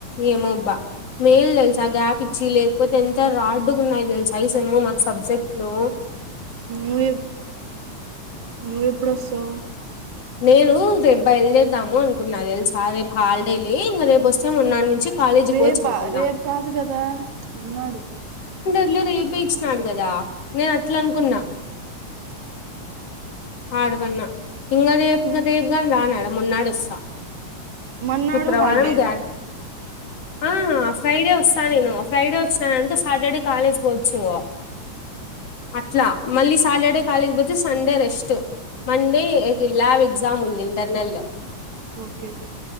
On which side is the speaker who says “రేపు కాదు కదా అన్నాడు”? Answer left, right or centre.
Right